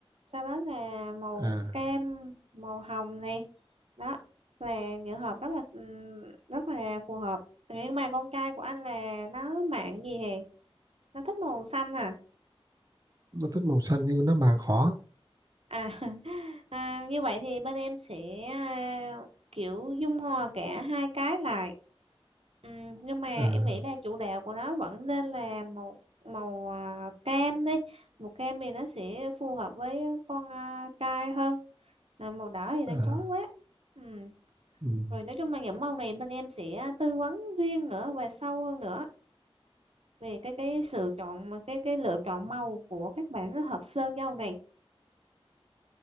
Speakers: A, on the right; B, on the right.
A: sau đó là màu
B: à,
A: cam màu hồng này đó là những hợp rất là ừm, rất là phù hợp nhưng mà con trai của anh là nó mạng gì hè nó thích màu xanh hả
B: nó thích màu xanh nhưng nó mà khó
A: À, <laughs> à như vậy thì bên em sẽ à, kiểu dung hòa cả hai cái lại. Ừm, nhưng mà
B: à,
A: em nghĩ là chủ đạo của nó vẫn nên là màu màu à, cam đi. Màu cam thì nó sẽ phù hợp với con à, trai hơn. À, màu đỏ thì nó
B: à,
A: chói quá. Ừm,
B: ừ,
A: Rồi nói chung là những màu này bên em sẽ tư vấn riêng nữa và sâu hơn nữa về cái cái sự chọn cái cái lựa chọn màu của các bạn hợp sơn dâu này.